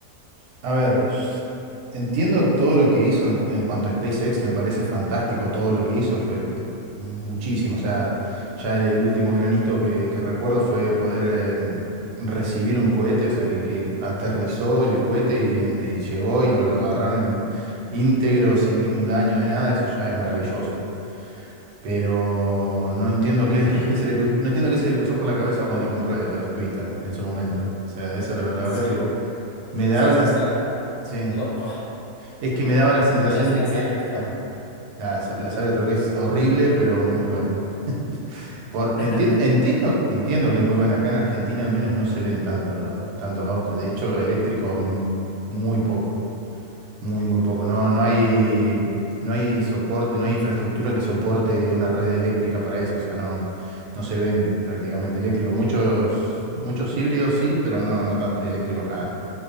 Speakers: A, on the right; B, on the left.
A: a ver, sh- entiendo todo lo que hizo en, cu- en cuanto a SpaceX, me parece fantástico todo lo que hizo, fue muchísimo. O sea, ya el último granito que, que recuerdo fue poder eh, recibir un cohete, o sea, que, que aterrizó el cohete y, en- y llegó y lo, lo agarraron en- íntegro, sin ningún daño de nada, eso ya es maravilloso. Pero no entiendo qué,
B: Ujú.
A: qué se le cru- no entiendo qué se le cruzó por la cabeza cuando compró eh, Twitter en su momento. O sea, eso la, la
B: Sí,
A: verdad que
B: o-
A: me daba
B: sí, es
A: las...
B: que está
A: Sí.
B: loco.
A: Es que me daba la
B: ¿O
A: sensación
B: qué opinas de
A: de
B: la
A: que
B: Cybertruck?
A: era la, la Sabre de otro que es horrible, pero muy buena. <laughs> Por,
B: <laughs>
A: entien- entiendo, entiendo que es muy buena. Acá en Argentina al menos no se ven tantos, tantos autos. De hecho, eléctricos mm, muy poco. Muy, muy poco. No, no hay, no hay soporte, no hay infraestructura que soporte una red eléctrica para eso. O sea, no, no se ven prácticamente eléctricos. Muchos, muchos híbridos sí, pero no, no tanto eléctricos nada.